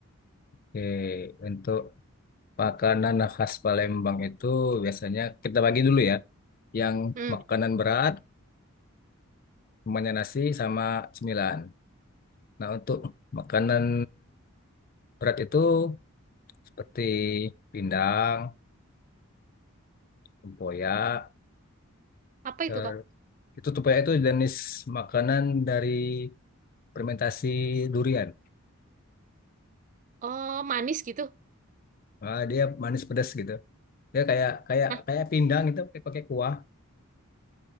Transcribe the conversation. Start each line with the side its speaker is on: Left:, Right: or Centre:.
Left: Oke. Untuk makanan khas Palembang itu biasanya kita bagi dulu ya. Yang
Right: hmm,
Left: makanan berat, semuanya nasi sama cemilan. Nah, untuk makanan berat itu seperti pindang, tempoyak.
Right: apa
Left: ter-
Right: itu kak
Left: Itu tempoyak itu jenis makanan dari fermentasi durian.
Right: oh manis gitu
Left: Ah, dia manis pedas gitu. Dia kayak kayak
Right: Nah
Left: kayak pindang itu pakai pakai kuah.